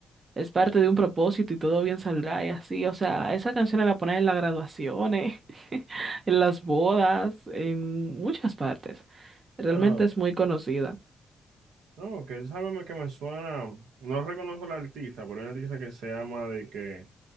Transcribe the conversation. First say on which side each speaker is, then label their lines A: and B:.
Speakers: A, on the right; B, on the right.
A: Es parte de un propósito y todo bien saldrá y así. O sea, esa canción la ponen en las graduaciones, <laughs> en las bodas, en muchas partes. Realmente
B: Oh,
A: es muy conocida.
B: no, que sábeme que me suena, no reconozco la artista, pero hay una artista que se llama de que...